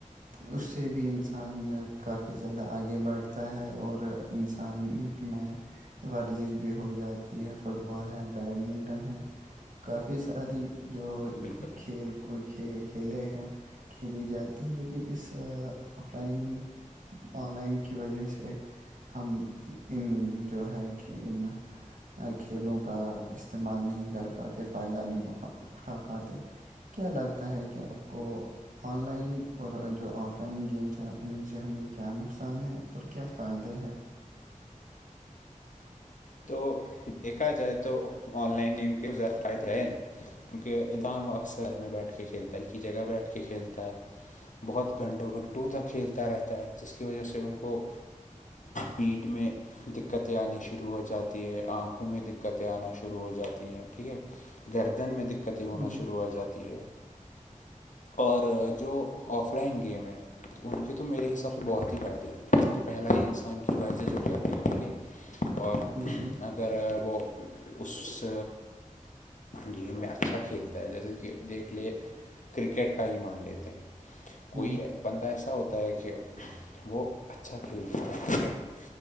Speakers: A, on the right; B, on the left.
A: تو اس سے بھی انسان کافی زیادہ آگے بڑھتا ہے اور انسان میں ورزش بھی ہو جاتی ہے فٹ بال ہے بیڈمنٹن ہے کافی ساری جو
B: بالکل
A: کھیل کو کھی کھیلے ہیں کھیلی جاتی ہے لیکن اس آف لائن آن لائن کی وجہ سے ہم ان جو ہے کہ ان کھیلوں کا استعمال نہیں کر پاتے فائدہ نہیں اٹھا اٹھا پاتے کیا لگتا ہے کہ آپ کو آن لائن اور جو آف آن لائن گیمس ہیں ان سے ہمیں کیا نقصان ہے اور کیا فائدے ہیں
B: تو دیکھا جائے تو آن لائن گیم کے زیادہ فائدے ہے کیونکہ ایندان وہ اکثر میں بیٹھ کے کھیلتا ہے ایک ہی جگہ بیٹھ کے کھیلتا ہے بہت گھنٹوں گھنٹوں تک کھیلتا رہتا ہے جس کی وجہ سے ان کو پیٹھ میں دتیں آنی شروع ہو جاتی آ میں دقتیں آنا شروع ہو جاتی ہیں ٹھیک ہے گردن میں دقت کتیں ہونا
A: جی
B: شروع ہو جاتی ہے اور جو آف لائن گیم ہے تو ان کے تو میرے حساب سے بہت ہی فائدے ہیں ایک تو پہلا ہی انسان کی ورزش ہو جاتی ہے ٹھیک ہے اور
A: جی
B: اگر وہ اس گیم میں اچھا کھیلتا ہے جیسے دیکھ لے کرکٹ کا ہی مان لیتے ہیں کوئی
A: ہوں
B: ای بندہ ایسا ہوتا ہے کہ وہ اچھا کھیلتا ہے کرکٹ میں